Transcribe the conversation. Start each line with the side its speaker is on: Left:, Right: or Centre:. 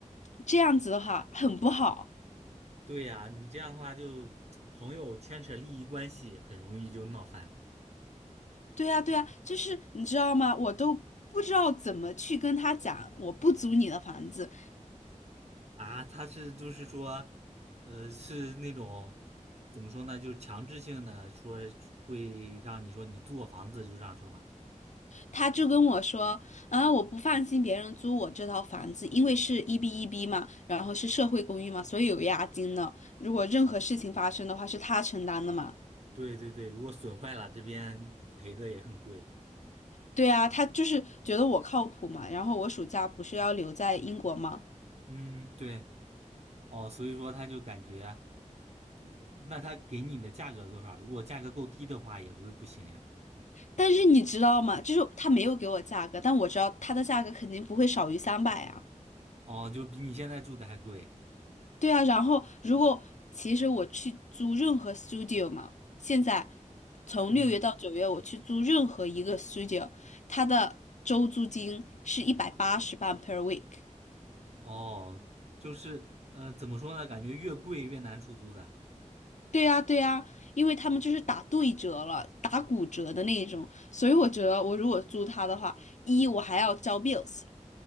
Left: 这样子的话，很不好。
Right: 对呀，你这样的话就朋友牵扯利益关系，很容易就闹翻
Left: 对呀，对呀，就是你知道吗？我都不知道怎么去跟他讲，我不租你的房子，
Right: 啊。他是就是说，呃，是那种怎么说呢，就强制性的说会让你说你租我房子，就这样说嘛。
Left: 他就跟我说，啊，我不放心别人租我这套房子，因为是一 B 一 B 嘛，然后是社会公寓嘛，所以有押金的。如果任何事情发生的话，是他承担的嘛。
Right: 对对对，如果损坏了，这边赔的也很贵。
Left: 对啊，他就是觉得我靠谱嘛。然后我暑假不是要留在英国嘛，
Right: 嗯，对，哦，所以说他就感觉，呃那他给你的价格多少？如果价格够低的话，也不是不行呀。
Left: 但是你知道吗？就是他没有给我价格，但我知道他的价格肯定不会少于三百啊。
Right: 哦，就比你现在住的还贵。
Left: 对啊，然后如果其实我去租任何 studio 嘛，现在从六月到九月，
Right: 嗯。
Left: 我去租任何一个 studio，它的周租金是一百八十磅 per week。
Right: 哦，就是，呃，怎么说呢？感觉越贵越难出租的。
Left: 对呀，对呀，因为他们就是打对折了，打骨折的那一种，所以我觉得我如果租它的话，一我还要交 bills，